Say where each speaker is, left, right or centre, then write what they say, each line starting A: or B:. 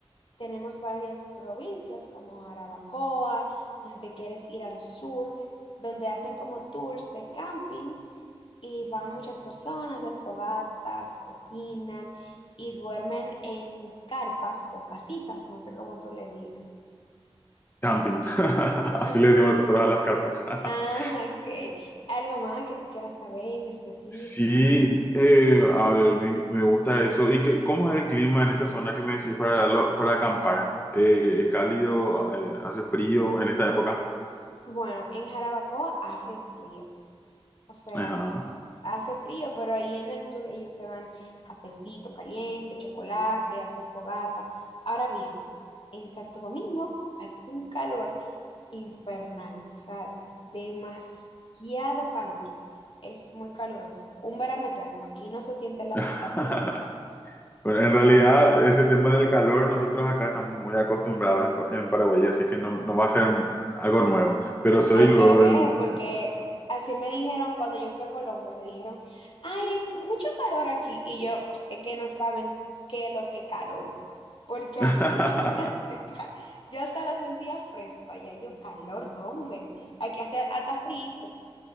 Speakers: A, on the left; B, on the left.
A: tenemos varias provincias como Jarabacoa, o si te quieres ir al sur, donde hacen como tours de camping y van muchas personas, hacen fogatas, cocinan y duermen en carpas o casitas, no sé cómo tú le digas.
B: camping. <laughs> Así
A: <laughs>
B: le decimos nosotros a las carpas. <laughs>
A: Ah, ok. ¿Algo más que tú quieras saber en específico?
B: Sí, eh, a ver, me, me gusta eso. ¿Y qué- cómo es el clima en esa zona que me decís para, lo- para acampar? Eh, ¿es cálido? Eh, ¿hace frío en esta época?
A: Bueno, en Jarabacoa hace frío, o sea...
B: Ajá.
A: hace frío, pero ahí en el tour ellos te dan cafecito caliente, chocolate, hacen fogata. Ahora bien, en Santo Domingo hace un calor infernal, o sea, demasiado calor. Es muy caluroso. Un verano eterno. Aquí no se sienten las
B: <laughs>
A: estaciones.
B: Bueno, en realidad, ese tema del calor, nosotros acá estamos muy acostumbrados en, en Paraguay, así que no, no va a ser algo nuevo. Pero soy
A: Hay
B: luego
A: que ver,
B: del...
A: porque así me dijeron cuando yo fui a Colombia, me dijeron, ay, hay mucho calor aquí. Y yo, es que no saben qué es lo que calor. Porque
B: <laughs>
A: aquí <laughs> sí hace calor. Yo hasta lo sentía fresco allá. Yo, calor, ¿dónde? Hay que hacer hasta frío.